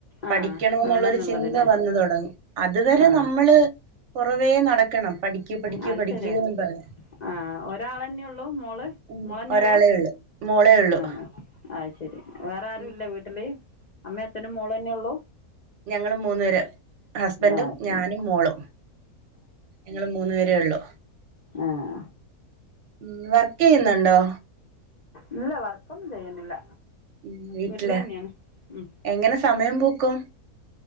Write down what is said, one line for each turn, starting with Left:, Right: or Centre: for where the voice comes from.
Left: ആ
Right: പഠികണോ എന്നുള്ള
Left: വേണംന്നുള്ളത്
Right: ഒരു ചിൻന്ത
Left: ല്ലേ
Right: വന്നു തുടങ്ങും അതുവരെ
Left: ആ
Right: നമ്മള്. കുറവേ നടക്കണം. പഠിക്ക് പഠിക്ക്
Left: അത്
Right: പഠിക്കൂന്ന്
Left: ശരിയാ
Right: പറഞ്ഞ്
Left: ആഹ ഒരാളന്നെ ഉള്ളൂ മോള്
Right: ഉം
Left: മോള ന്നെഒള്ളൂ
Right: ഒരാളെ ഉള്ളു മോളേ ഉള്ളു
Left: ആ ആ അയ്ശരി വേറെ ആരു
Right: ഉം
Left: ഇല്ല വീട്ടില്. അമ്മേ അച്ഛനും മോള് തന്നെ ഉള്ളു?
Right: ഞങ്ങള് മൂന്ന് പേര ഹസ്ബൻറും
Left: ആ ശരി
Right: ഞാനും മോളും. ഞങ്ങള് മൂന്നു പേരെ ഉള്ളു.
Left: ആഹ.
Right: ഉം വർക്ക് ചെയ്യുന്നുണ്ടോ?
Left: ഇല്ല വർക്കൊന്നും ചെയ്യുന്നില്ല.
Right: ഉഉം വീട്ടില
Left: വീട്ടിൽ തന്നെയാണ് ഉം
Right: എങ്ങനെ സമയം പൂക്കും.